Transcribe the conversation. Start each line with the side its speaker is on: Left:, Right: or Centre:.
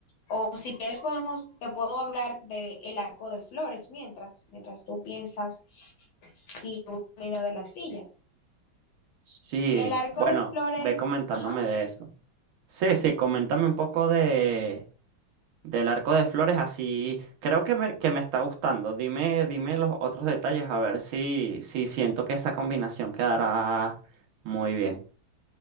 Left: O si quieres podemos, te puedo hablar de el arco de flores mientras, mientras tú piensas si una idea de las sillas.
Right: Sí,
Left: El arco
Right: bueno,
Left: de flores,
Right: ve comentándome
Left: ajá,
Right: de eso. Sí, sí, coméntame un poco de del arco de flores, así creo que me, que me está gustando. Dime, dime los otros detalles, a ver si, si siento que esa combinación quedará muy bien.